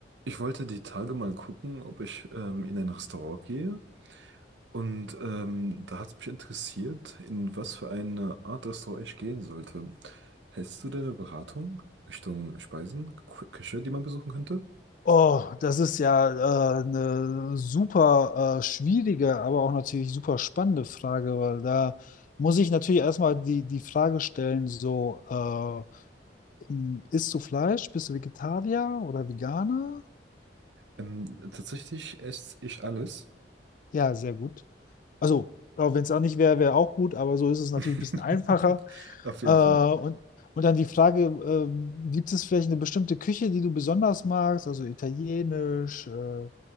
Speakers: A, on the right; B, on the left.
A: Ich wollte die Tage mal gucken, ob ich ähm, in ein Restaurant gehe. Und ähm, da hat es mich interessiert, in was für eine Art Restaurant ich gehen sollte. Hältst du deine Beratung Richtung Speisen, Kü- Küche, die man besuchen könnte?
B: Oh, das ist ja äh, eine super äh, schwierige, aber auch natürlich super spannende Frage, weil da muss ich natürlich erstmal die, die Frage stellen, so, äh, m, isst du Fleisch? Bist du Vegetarier oder Veganer?
A: Ähm, tatsächlich esse ich alles.
B: Ja, sehr gut. Also, wenn es auch nicht wäre, wäre auch gut, aber so ist es natürlich
A: <laughs>
B: ein bisschen einfacher.
A: Auf jeden
B: Äh, und,
A: Fall.
B: und dann die Frage, äh, gibt es vielleicht eine bestimmte Küche, die du besonders magst? Also italienisch äh,